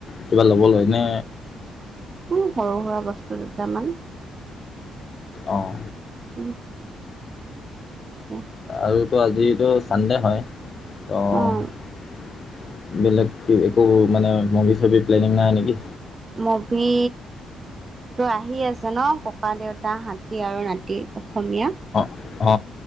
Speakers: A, on the left; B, on the right.
A: কিবা ল'ব লয় নে
B: উম সৰু সুৰা বস্তু দুটামান
A: অঁ
B: উম উম
A: আৰুতো আজিতো ছানডে' হয় ত'
B: অ',
A: বেলেগ একো মানে মুভি চভি প্লেনিং নাই নেকি
B: মভি তই আহি আছে ন ককা দেউতা হাতী আৰু নাতি অসমীয়া
A: অ অ,